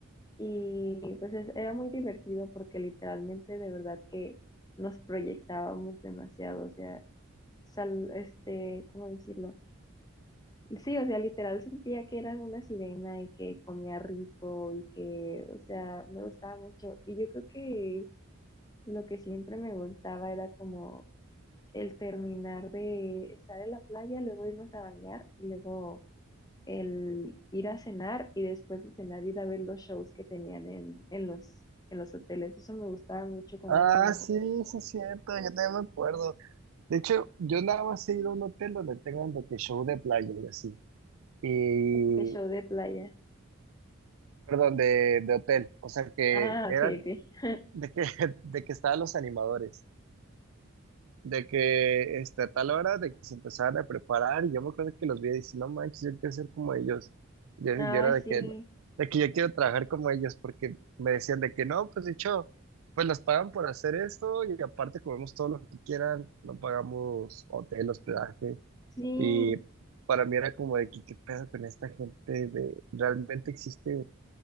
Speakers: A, on the left; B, on the right.
A: Y pues es- era muy divertido porque literalmente de verdad que nos proyectábamos demasiado, o sea, sal, este, ¿cómo decirlo? Sí, o sea, literal sentía que era una sirena y que comía rico y que, o sea, me gustaba mucho. Y yo creo que lo que siempre me gustaba era como el terminar de estar en la playa, luego irnos a bañar y luego el ir a cenar y después de cenar ir a ver los shows que tenían en, en los, en los hoteles. Eso me gustaba mucho cuando
B: Ah,
A: era niña.
B: sí, sí es cierto, yo también me acuerdo. De hecho, yo nada más he ido a un hotel donde tengan de que show de playa y así. Y,
A: Como que show de playa.
B: perdón, de, de hotel. O sea que
A: Ah,
B: eran
A: ok, ok. <laughs>
B: de que, <laughs> de que estaban los animadores. de que este, a tal hora de que se empezaban a preparar y yo me acuerdo que los vi y dije, no manches, yo quiero ser como ellos. Yo,
A: Ah,
B: yo era de
A: sí,
B: que, de que yo quiero trabajar como ellos porque me decían de que no, pues de hecho, pues las pagan por hacer esto y aparte comemos todo lo que quieran, no pagamos hotel, hospedaje
A: sí,
B: y para mí era como de que qué pedo con esta gente de realmente existe,